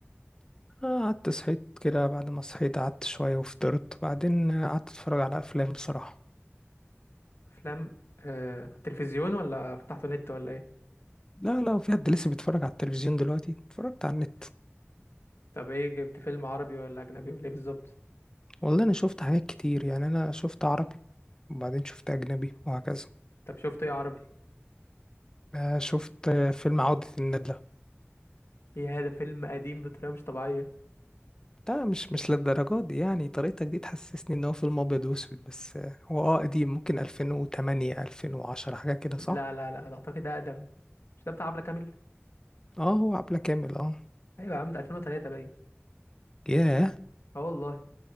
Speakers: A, on the left; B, on the left.
A: آه، قعدت صحيت كده بعد ما صحيت قعدت شويه وفطرت بعدين آه، قعدت اتفرج على افلام بصراحه
B: افلام آه... تلفزيون ولا فتحته نت ولا ايه
A: لا لا وفي حد لسه بيتفرج على التلفزيون دلوقتي اتفرجت على النت
B: طب ايه جبت فيلم عربي ولا اجنبي ولا ايه بالظبط
A: والله انا شفت حاجات كتير يعني انا شفت عربي وبعدين شفت اجنبي وهكذا
B: طب شفت ايه عربي
A: آه، شفت آه، فيلم عودة الندلة
B: ايه هذا فيلم قديم بطريقه مش طبيعيه
A: لا مش مش للدرجة دي يعني طريقتك دي تحسسني ان هو فيلم ابيض واسود بس آه، هو اه قديم ممكن 2008 2010 حاجة كده صح
B: لا لا لا ده اعتقد اقدم مش ده بتاع عبله كامل
A: اه هو عبلة كامل اه
B: ايوه يا عم ده 2003 باين
A: ياه
B: اه والله